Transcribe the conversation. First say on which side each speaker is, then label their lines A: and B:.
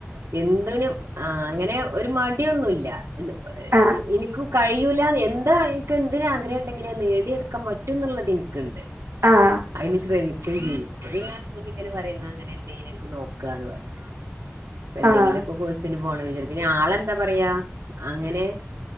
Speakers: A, on the right; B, on the right.
A: എന്തിനും ആഹ് അങ്ങനെ ഒരു മടിയൊന്നുല്ല എന്ത് ഏ
B: ആഹ്
A: എനിക്ക് കഴിയൂല എന്താ എനിക്ക് എന്തിന് ആഗ്രഹം ഉണ്ടെങ്കിലും നേടിയെടുക്കാൻ പറ്റും എന്നുള്ളത് എനിക്കണ്ട്
B: ആഹ്
A: അതിന് ശ്രമിക്കുകയും ചെയ്യും അപ്പൊ പിന്നെ ഹസ്ബൻഡ് ഇങ്ങനെ പറയുന്ന അങ്ങനെ എന്തേലും നമുക്ക് നോക്കാന്ന് പറിം ഇപ്പൊ എന്തെങ്കിലു
B: ആഹ്
A: ഒക്കെ കോഴ്സിന് പോണം വിചാരിക്കും ആളെന്താ പറയാ അങ്ങനെ